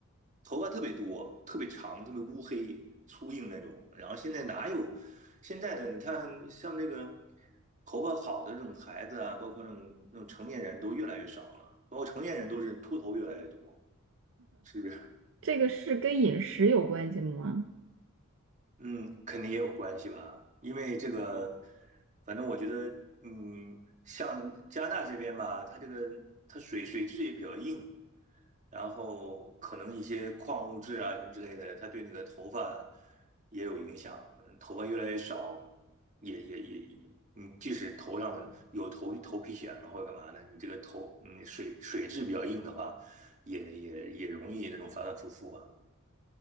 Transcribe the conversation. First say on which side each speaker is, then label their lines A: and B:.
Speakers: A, on the right; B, on the right.
A: 头发特别多，特别长，特别乌黑粗硬那种。然后现在哪有现在的？你看，像这个头发好的这种孩子啊，包括那种那种成年人都越来越少了，包括成年人都是秃头越来越多，是不是？
B: 这个是跟饮食有关系吗？
A: 嗯，肯定也有关系吧，因为这个，反正我觉得，嗯，像加拿大这边吧，它这个它水水质也比较硬，然后可能一些矿物质啊什么之类的，它对你的头发也有影响，嗯头发越来越少，也也也也，你即使头上有头头皮癣了或者干嘛的，你这个头，嗯，水水质比较硬的话，也也也容易那种反反复复吧。